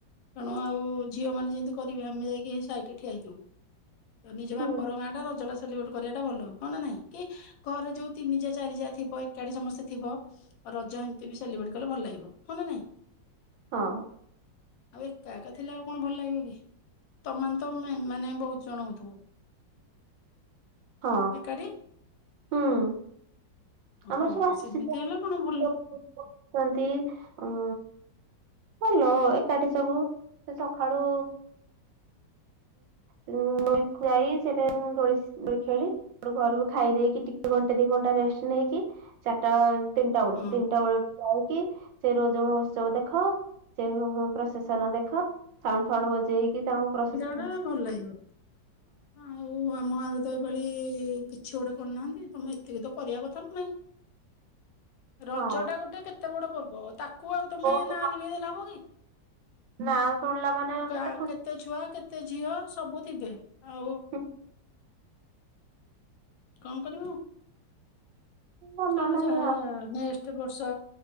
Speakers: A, on the left; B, on the right.
A: ତେଣୁ ଆଉ ଝିଅ ମାନେ ଯେମିତି କରିବେ ଆମେ ଯାଇକି ସାଇଟରେ ଠିଆହେଇଥିବୁ। ତ ନିଜ
B: ହୁଁ
A: ବାପର ଗାଁ ଟା ରଜଟା ସେଲିବ୍ରେଟ୍ କରିବାଟା ଭଲ ହଁ ନା ନାଇଁ। କି ଘରେ ଯୋଉ ତିନି ଯା ଚାରି ଯା ଥିବ ଏକାଠି ସମସ୍ତେ ଥିବ ରଜ ଏମିତି ବି ସେଲିବ୍ରେଟ କଲେ ଭଲ ଲାଗିବ ହଁ ନା ନାଇଁ।
B: ହଁ।
A: ଆଉ ଏକା ଏକା ଥିଲେ ଆଉ କଣ ଭଲ ଲାଗିବ କି ତମେ ମାନେ ତ ମେନ୍ ମେନ୍ ବହୁତ ଜଣ ହଉଥିବ।
B: ହଁ
A: ଏକାଠି
B: ହୁଁ। <inaudible> ଆମର
A: ହଁ
B: ସବୁ ଆସିଛନ୍ତି
A: ସେମିତି ହେଲେ କଣ ଭଲ
B: <unintelligible> ଉଁ ଭଲ ଏକାଠି ସବୁ ସେ ସଖାଳୁ ଯାଇ ସେଟା ଦୋଳି ଖେଳି ଗୋଟେ ଘରକୁ ଖାଇ ଦେଇକି ଟିକେ ଘଣ୍ଟା ଦି ଘଣ୍ଟା ରେଷ୍ଟ ନେଇକି ଚାରିଟା ତିନିଟା ବେଳୁ
A: ହଁ
B: ତିନିଟା ବେଳ ଯାଇକି ସେ ରୋଜ ମହୋତ୍ସବ ଦେଖ ସେ ପ୍ରସେସନ ଦେଖ ସାଉଣ୍ଡ ଫାଉଣ୍ଡ ବଜ୍- ଦେଇକି ତାଙ୍କ ପ୍ରସେସ୍
A: ଟା ଭଲ ଲାଗିବ ଆଉ ଆମ ଗାଆଁ ରେ ତ ଏ ପାଳି କିଛି ଗୋଟେ କରୁନାହାନ୍ତି ତମେ ଏତିକି ତ କରିବା କଥା ନା ନାଇଁ। ରଜ
B: ହଁ
A: ଟା ଗୋଟେ କେତେ ବଡ ପର୍ବ ତାକୁ ଆଉ ତମେ
B: ବହୁତ
A: ନାଁ ଲିଭେଇଦେଲେ ହବ କି
B: ନା ଶୁଣିଲା ମାନେ
A: ଗା
B: ଖୁସି
A: କେତେ ଛୁଆ କେତେ ଝିଅ? ସବୁ ଥିବେ। ଆଉ
B: ହଁ,
A: କଣ କରିବୁ?
B: ମନ
A: ଚାହ
B: ନାହିଁ
A: ଯାହା
B: ଆଉ
A: ନେକ୍ସଟ ବର୍ଷ